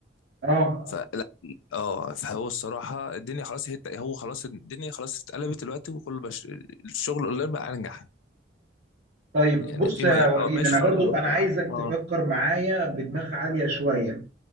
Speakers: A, on the right; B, on the left.
A: اه
B: فلا اه فهو الصراحه الدنيا خلاص هي هو خلاص الدنيا خلاص اتقلبت دلوقتي وكل بش... الشغل اونلاين بقى انجح
A: طيب
B: يعني
A: بص
B: في
A: يا
B: مجالات
A: وليد
B: اه ماشي
A: انا
B: في
A: برضو
B: ارض الواقع
A: انا عايزك
B: اه
A: تفكر معايا بدماغ عالية شوية